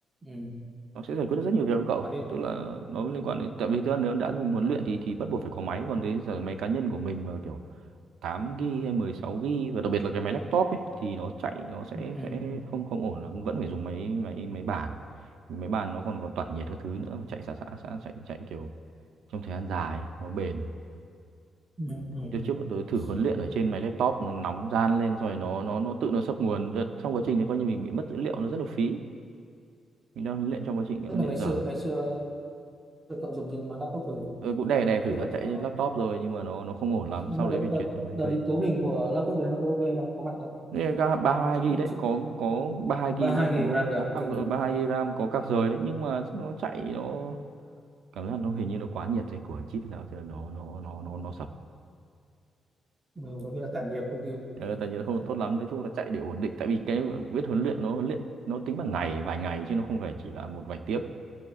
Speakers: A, on the right; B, on the right.
A: ừ,
B: nó sẽ giải quyết được rất nhiều việc cho cậu
A: phải đi
B: tức là nó liên quan đến tại vì tớ nếu đã dùng huấn luyện thì thì bắt buộc phải có máy còn đấy giờ máy cá nhân của mình mà kiểu 8 GB hay 16 GB và đặc biệt là cái máy laptop ấy thì nó chạy nó sẽ
A: ừ,
B: sẽ không không ổn lắm vẫn phải dùng máy máy máy bàn Vì máy bàn nó còn còn tản nhiệt các thứ nữa chạy xả xả xả chạy chạy kiểu trong thời gian dài ấy, nó bền
A: ừ, ừ, ừ.
B: trước trước bọn tôi thử huấn luyện
A: Đó.
B: ở trên máy laptop nó nóng ran lên rồi nó nó nó tự nó sập nguồn Đợt- trong quá trình đấy coi như mình bị mất dữ liệu nó rất là phí mình đang huấn luyện trong quá trình huấn
A: tức là
B: luyện
A: ngày
B: dở
A: xưa ngày xưa tôi cậu dùng trên laptop thử
B: ừ, cũng đè đè thử
A: tức
B: nó
A: là
B: chạy
A: nó
B: trên laptop rồi nhưng mà nó nó không ổn lắm
A: nhưng
B: sau
A: mà
B: đấy
A: đợt
B: phải
A: đợt
B: chuyển sang máy
A: đợt
B: cây
A: định cấu hình của laptop đấy nó có ok không có mạnh không
B: Đây là ba hai
A: chắc
B: ghi đấy
A: chắc
B: có có ba hai ghi
A: ba
B: nhưng
A: hai
B: có
A: gb ram
B: có
A: cả
B: các
A: kinh
B: ừ,
A: nhỉ
B: ba hai ghi ram có các rời đấy nhưng mà nó chạy nó cảm giác nó hình như nó quá nhiệt rồi của anh chip thì sao thì nó nó nó nó nó sập
A: ừ, có nghĩa là tản nhiệt công ty
B: ừ, tại vì nó không
A: tản
B: tốt
A: tản
B: lắm
A: nhiệt
B: nói
A: nó
B: chung là chạy để ổn định tại vì cái viết huấn luyện nó huấn luyện nó tính bằng ngày vài ngày chứ nó không phải chỉ là một vài tiếng